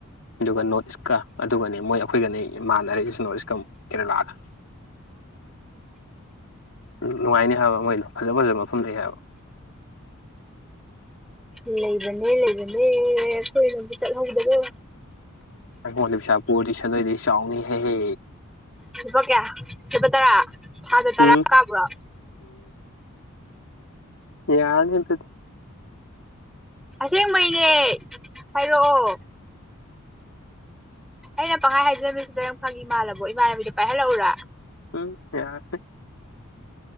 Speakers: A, on the left; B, in the centre.
A: ꯑꯗꯨꯒ ꯅꯣꯔꯠ ꯏꯁꯀ ꯑꯗꯨꯒꯅꯤ ꯃꯣꯏ ꯑꯩꯈꯣꯏꯒꯅꯤ ꯏꯃꯥꯟꯅꯔꯤꯁꯨ ꯅꯣꯔꯠ ꯏꯁꯀ ꯀꯦꯔꯂꯥꯒ <inaudible> ꯅꯨꯡꯉꯥꯏꯅꯤ ꯍꯥꯏꯕ ꯃꯩꯅ ꯐꯖ ꯐꯖꯕ ꯃꯐꯝ ꯂꯩ ꯍꯥꯏꯕ
B: ꯂꯩꯕꯅꯦ ꯂꯩꯕꯅꯦ ꯀꯈꯣꯏꯅ ꯆꯠꯍꯧꯗꯗ
A: ꯑꯩꯉꯣꯟꯗ ꯄꯕꯤꯁꯥꯄꯨꯔꯗꯤ ꯁꯗꯣꯏꯗꯤ ꯆꯥꯎꯅꯤꯍꯦꯍꯦ
B: ꯁꯨꯄꯥ ꯀꯌꯥ ꯁꯨꯄꯥ ꯇꯔꯥ ꯊꯥꯗ ꯇꯔꯥ
A: ꯎꯝ
B: ꯀꯥꯕ꯭ꯔꯣ
A: ꯌꯥꯅꯤꯗꯤ
B: ꯑꯁꯦꯡꯕꯩꯅꯦ ꯍꯥꯏꯔꯛꯑꯣ ꯑꯩꯅ ꯄꯪꯈꯥꯏ ꯍꯥꯏꯖꯃꯤꯁꯤꯗ ꯅꯪꯉꯤꯃꯜꯂꯕꯣ ꯏꯃꯥꯟꯅꯕꯤꯗꯣ ꯄꯥꯏꯍꯜꯂꯛꯎꯔꯥ
A: ꯎꯝ ꯌꯥꯔꯦ